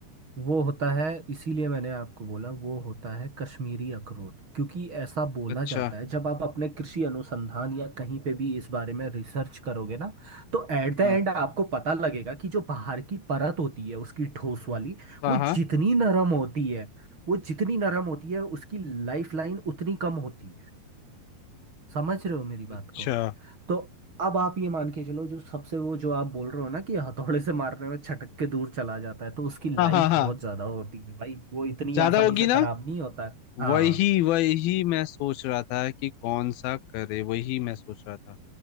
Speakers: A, on the right; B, on the left.
A: वो होता है इसीलिए मैंने आपको बोला वो होता है कश्मीरी अखरोट क्योंकि ऐसा बोला
B: अच्छा
A: जाता है जब आप अपने कृषि अनुसंधान या कहीं पे भी इस बारे में रिसर्च करोगे ना तो एट द
B: हम्म
A: एंड आपको पता लगेगा कि जो बाहर की परत होती है उसकी ठोस वाली
B: हाँ
A: वो
B: हाँ
A: जितनी नरम होती है वो जितनी नरम होती है उसकी लाइफ लाइन उतनी कम होती है समझ रहे हो मेरी बात
B: अच्छा
A: को तो अब आप ये मान के चलो जो सबसे वो जो आप बोल रहे हो ना कि हथौड़े से मारने में छटक के दूर चला जाता है तो उसकी
B: हाँ
A: लाइफ
B: हाँ हाँ
A: बहुत ज्यादा होती है भाई वो इतनी
B: ज्यादा
A: आसानी
B: होगी
A: से खराब
B: ना
A: नहीं होता है
B: वही
A: हाँ
B: वही मैं सोच रहा था कि कौन सा करे वही मैं सोच रहा था